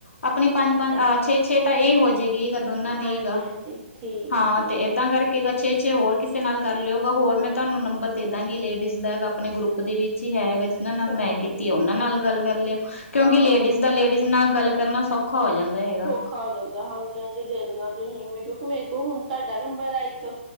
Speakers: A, on the left; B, on the right.
A: ਆਪਣੀ ਪੰਜ-ਪੰਜ
B: ਹਾਂ
A: ਆ ਛੇਛ ਤਾਂ ਇਹ ਹੋ ਜਾਏਗੀ ਗ ਦੋਨਾਂ ਦੀ
B: ਹਾਂਜੀ
A: ਗ
B: ਹਾਂਜੀ ਠੀਕ
A: ਹਾਂ
B: ਹੈ ਠੀਕ
A: ਤੇ ਏਦਾਂ
B: ਹੈ
A: ਕਰਕੇ ਗਾ ਛੇ-ਛੇ ਹੋਰ ਕਿਸੇ ਨਾਲ ਕਰਿਓਗਾ ਹੋਰ ਮੈਂ ਤੁਹਾਨੂੰ ਨੰਬਰ ਦੇ ਦਾਂਗੀ ਲੇਡੀਜ਼ ਦਾ ਆਪਣੇ ਗਰੁੱਪ ਦੇ ਵਿੱਚ ਹੀ ਹੈਗਾ। ਜਿੰਨਾ ਨਾਲ
B: ਚਲੋ
A: ਮੈਂ ਕੀਤੀ
B: ਠੀਕ
A: ਆ, ਉਹਨਾਂ ਨਾਲ ਗੱਲ ਕਰ ਲਿਓ ਕਿਉਂਕਿ
B: ਹਾਂ
A: ਲੇਡੀਜ਼
B: ਦੇ ਦੇਣਾ
A: ਦਾ ਲੇਡੀਜ਼ ਨਾਲ ਗੱਲ ਕਰਨਾ ਸੌਖਾ ਹੋ ਜਾਂਦਾ ਐ।
B: ਸੌਖਾ ਹੋ ਜਾਂਦਾ। ਹਾਂਜੀ-ਹਾਂਜੀ ਜੇ ਦੇ ਨਾਲ ਤੁਸੀ ਮ ਮੇਰੇ ਕੋਲ ਹੁਣ ਤੁਹਾਡਾ ਨੰਬਰ ਹੈ ਇੱਕ